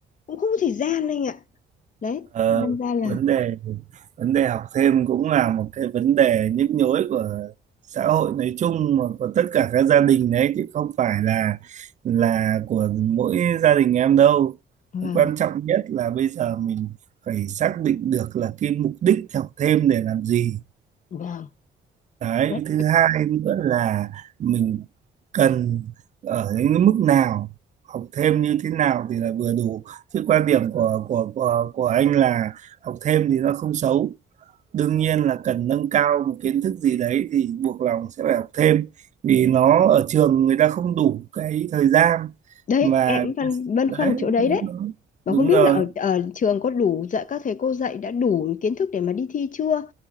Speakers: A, on the left; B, on the right.
A: cũng không có thời gian anh ạ. Đấy,
B: Ờ,
A: thế đâm ra là
B: vấn đề vấn đề học thêm cũng là một cái vấn đề nhức nhối của xã hội nói chung mà của tất cả các gia đình đấy chứ không phải là là của mỗi gia đình em đâu.
A: vâng,
B: Quan trọng nhất là bây giờ mình phải xác định được là cái mục đích học thêm để làm gì
A: vâng.
B: Đấy,
A: Đấy,
B: thứ hai nữa là mình cần ở những mức nào học thêm như thế nào thì là vừa đủ chứ quan điểm của của của của anh là học thêm thì nó không xấu đương nhiên là cần nâng cao một kiến thức gì đấy thì buộc lòng sẽ phải học thêm vì nó ở trường người ta không đủ cái thời gian
A: đấy
B: mà
A: em phân băn
B: đấy
A: khoăn chỗ đấy
B: đúng
A: đấy.
B: rồi
A: Và
B: đúng
A: không biết
B: rồi
A: là ở ở trường có đủ dạy các thầy cô dạy đã đủ kiến thức để mà đi thi chưa?